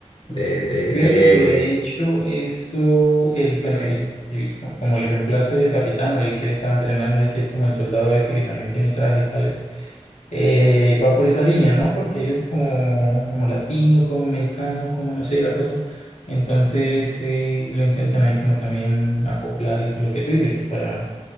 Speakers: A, on the left; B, on the left.
A: de- del
B: Fíjate
A: del héroe.
B: que de hecho eso, el, bueno, el, el, co- como el reemplazo del capitán o el que le estaba entrenando ahí, que es como el soldado este que también tiene traje y tales, eh, va por esa línea, ¿no? Porque él es como, como latino, como mexicano, como no sé, la cosa. Entonces eh, lo intentan ahí como también acoplar y lo que tú dices para...